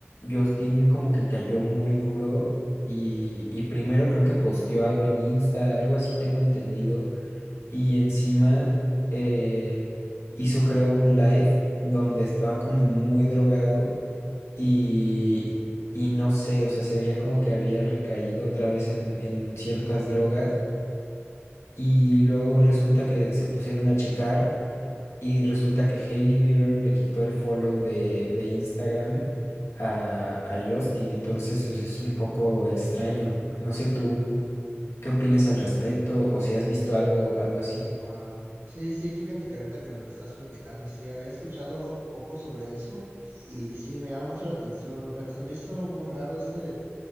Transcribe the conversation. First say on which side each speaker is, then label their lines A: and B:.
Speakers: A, on the left; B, on the right.
A: Justin como que cayó muy duro y, y primero creo que posteó algo en Insta, algo así tengo entendido y encima eh, hizo, creo, un live donde estaba como muy drogado y, y no sé, o sea, se veía como que había recaído otra vez en, en ciertas drogas. Y luego resulta que se pusieron a checar y resulta que Hailey Bieber le quitó el follow de, de Instagram a, a Justin. Entonces, pues es un poco extraño. No sé tú qué opinas al respecto o si has visto algo, algo así.
B: Wow, Sí, sí, fíjate que ahorita que me lo estás platicando, sí, había escuchado poco sobre eso y sí, me llama mucho la atención, pero se me hizo muy raro eso de,